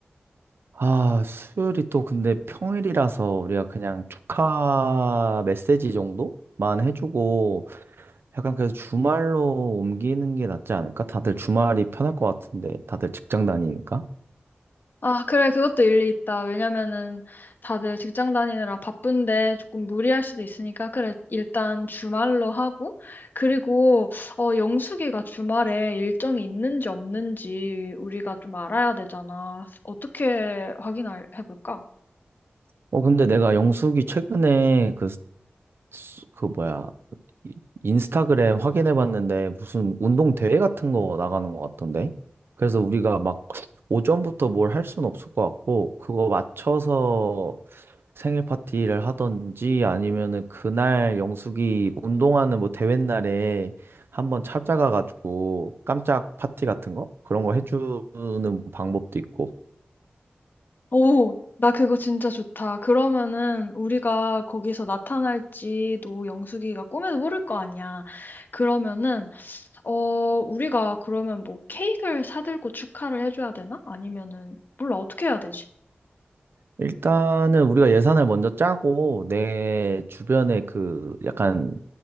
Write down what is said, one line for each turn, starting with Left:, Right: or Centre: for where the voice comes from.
Right: 아, 수요일이 또 근데 평일이라서 우리가 그냥 축하 메시지 정도만 해주고 약간 그래서 주말로 옮기는 게 낫지 않을까? 다들 주말이 편할 것 같은데 다들 직장 다니니까.
Left: 아, 그래, 그것도 일리 있다. 왜냐면은 다들 직장 다니느라 바쁜데 조금 무리할 수도 있으니까, 그래, 일단 주말로 하고, 그리고, 어, 영숙이가 주말에 일정이 있는지 없는지 우리가 좀 알아야 되잖아. 어떻게 확인해 볼까?
Right: 어, 근데 내가 영숙이 최근에 그 수- 그 뭐야 이- 인스타그램 확인해 봤는데 무슨 운동 대회 같은 거 나가는 것 같던데 그래서 우리가 막 오전부터 뭘 할 수는 없을 것 같고 그거 맞춰서 생일 파티를 하던지 아니면은 그날 영숙이 운동하는 뭐 대회 날에 한번 찾아가 가지고 깜짝 파티 같은 거 그런 거 해주는 방법도 있고
Left: 오, 나 그거 진짜 좋다. 그러면은 우리가 거기서 나타날지도 영숙이가 꿈에도 모를 거 아니야. 그러면은 어, 우리가 그러면 뭐 케이크를 사들고 축하를 해줘야 되나? 아니면은, 몰라, 어떻게 해야 되지?
Right: 일단은 우리가 예산을 먼저 짜고 내 주변에 그 약간